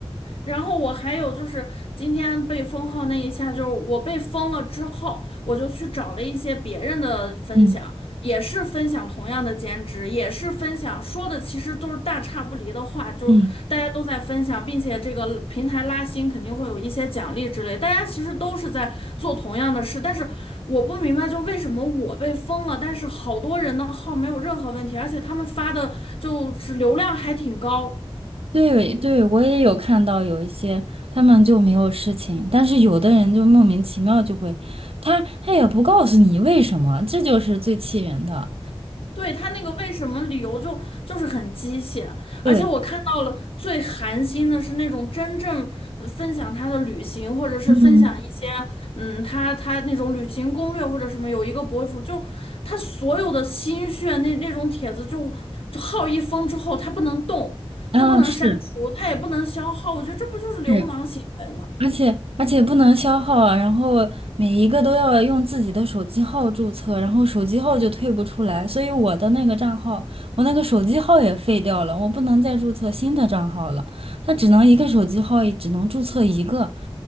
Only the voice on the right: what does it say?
嗯
嗯。
对对，我也有看到有一些他们就没有事情，但是有的人就莫名其妙就会，他他也不告诉你为什么，这就是最气人的。
对，
嗯，
啊，
是
是，而且而且不能消耗啊，然后每一个都要用自己的手机号注册，然后手机号就退不出来，所以我的那个账号，我那个手机号也废掉了，我不能再注册新的账号了，它只能一个手机号，只能注册一个，